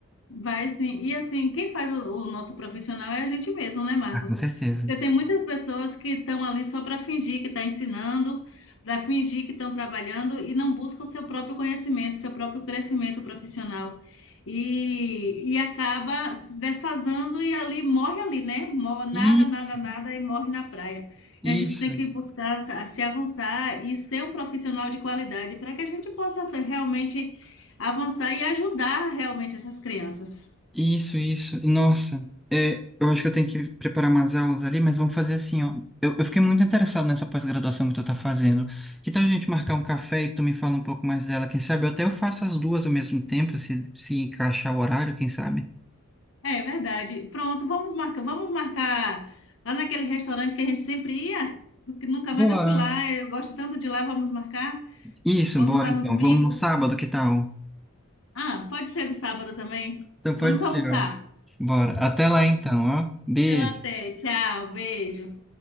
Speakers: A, on the left; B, in the centre.
A: Vai sim. E assim, quem faz o, o nosso profissional é a gente mesmo, né, Marcos?
B: Ah, com certeza.
A: Porque tem muitas pessoas que estão ali só para fingir que está ensinando, para fingir que estão trabalhando e não buscam o seu próprio conhecimento, seu próprio crescimento profissional. E, e acaba se defasando e ali morre ali, né? Mor- Nada,
B: Isso,
A: nada, nada e morre na praia.
B: isso,
A: E a gente tem que buscar se se avançar e ser um profissional de qualidade para que a gente possa ser realmente avançar e ajudar realmente essas crianças.
B: isso, isso. Nossa, é, eu acho que eu tenho que preparar umas aulas ali, mas vamos fazer assim, ó. Eu, eu fiquei muito interessado nessa pós-graduação que tu tá fazendo. Que tal a gente marcar um café e tu me fala um pouco mais dela? Quem sabe eu até eu faço as duas ao mesmo tempo, se, se encaixar o horário, quem sabe?
A: É, é verdade. Pronto, vamos marcar, vamos marcar lá naquele restaurante que a gente sempre ia, que nunca
B: Bora.
A: mais eu fui lá, eu gosto tanto de lá, vamos marcar.
B: Isso,
A: Vamos
B: bora
A: lá
B: então.
A: no domingo?
B: Vamos no sábado, que tal?
A: Ah, pode ser no sábado também.
B: Então pode
A: Vamos almoçar.
B: ser, ó. Bora. Até lá então, ó. Beijo.
A: Então até, tchau, beijo.